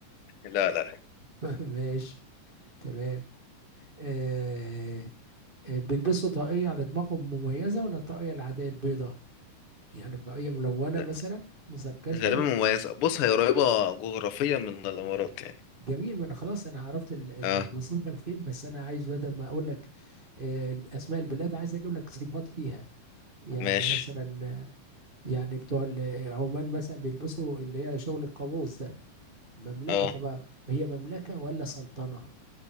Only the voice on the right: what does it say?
<laughs> ماشي تمام آه آه، بيلبسوا طاقية على دماغهم مميزة ولا الطاقية العادية البيضاء يعني طاقية ملونة
مثلا مزركشة
جميل ما انا خلاص انا عرفت ال- ال-
المصيف كان فين بس انا عايز بدل ما اقول لك آه، اسماء البلاد عايز اجيب لك صفات فيها يعني
مثلا آه، يعني بتوع ال- عمان مثلا بيلبسوا اللي هي شغل القابوس ده مملكه
طبعا هي مملكه ولا سلطنه